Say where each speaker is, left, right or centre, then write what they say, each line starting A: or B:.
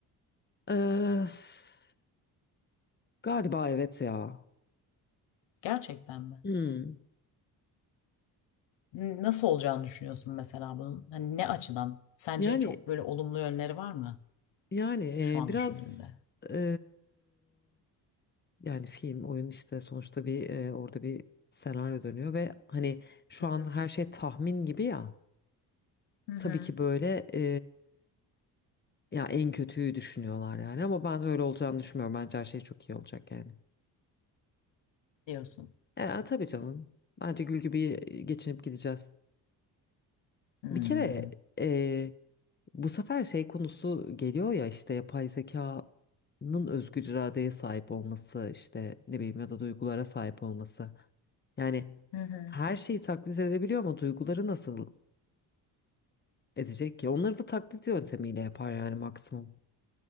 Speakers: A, on the left; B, on the left.
A: Öf. Galiba evet ya.
B: Gerçekten mi?
A: Hmm.
B: Nasıl olacağını düşünüyorsun mesela bunun? Hani ne açıdan? Sence
A: Yani
B: çok böyle olumlu yönleri var mı
A: yani
B: şu
A: e,
B: an
A: biraz
B: düşündüğünde?
A: e, yani film oyun işte sonuçta bir e, orada bir senaryo dönüyor ve hani şu
B: Hı hı.
A: an her şey tahmin gibi ya.
B: Hı hı.
A: Tabii ki böyle e, ya en kötüyü düşünüyorlar yani ama ben öyle olacağını düşünmüyorum. Bence her şey çok iyi olacak yani.
B: Diyorsun.
A: E, tabii canım. Bence gül gibi geçinip gideceğiz.
B: Hmm.
A: Bir kere e, bu sefer şey konusu geliyor ya işte yapay zekanın özgür iradeye sahip olması işte ne bileyim ya da duygulara sahip olması. Yani
B: Hı hı.
A: her şeyi taklit edebiliyor ama duyguları nasıl edecek ki? Onları da taklit yöntemiyle yapar yani maksimum.